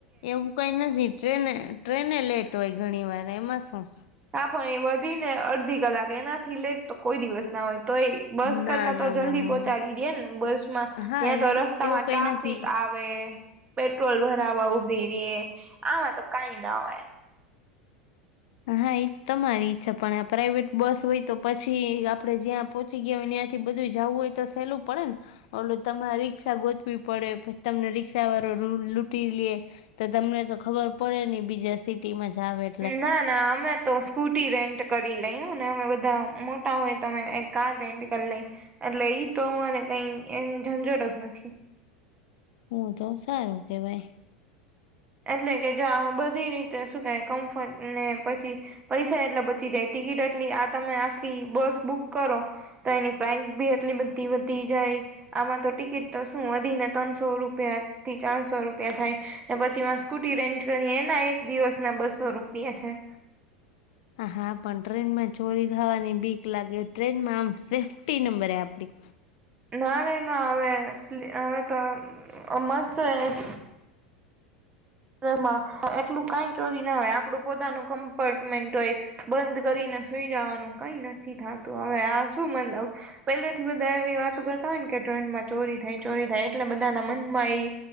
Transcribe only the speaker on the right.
હા પણ એ વધી ને અડધી કલાક એનાથી લેટ તો કોઈ દિવસ ના હોય તો એ બસ
કરતા તો
જલ્દી
પહોંચાડી
દેન બસ માં
ત્યાં
તો રસ્તામાં
ટ્રાફિક
આ વે પેટ્રોલ ભરાવા ઉભી રે આમાં તો કાઈ ના હોય.
ના ના અમે તો સ્કૂટી રેન્ટ કરી લઈ અનેને અમે બધા મોટા હોય તો અમે કાર રેન્ટ કર લઈ. એટલે ઈ તો અમારે કઈ એન ઝંઝટ જ નથી.
એટલે કે જો આમાં બધી રીતે શું થાય કમ્ફર્ટ ને પછી પૈસા એટલા બચી જાય ટિકિટ એટલી આ તમે આખી બસ બુક કરો તો એની પ્રાઇસ બી એટલી બધી વધી જાય. આમાં તો ટિકિટ તો શું વધી ને ત્રણસો રૂપિયા થી ચારસો રૂપિયા થાય ને પ છીમાં સ્કૂટી રેન્ટ કરી એના એક દિવસ ના બસો રૂપિયા છે.
ના રે ના હવે અસલી હવે તો અ મસ્ત એસ ટ્રેન માં એટલું કઈ ચોરી ના હોય આપડું પોતાનું કમ્પાર્ટમેન્ટ હોય બંધ કરીને સુઈ જવાનું કઈ નથી થતું હવે આ શું મતલબ પહેલા થી બધા એવી વાતો કરતા હોય ને કે ટ્રેનમાં ચોરી થાય ચોરી થાય એટલે બધાના મનમાં એ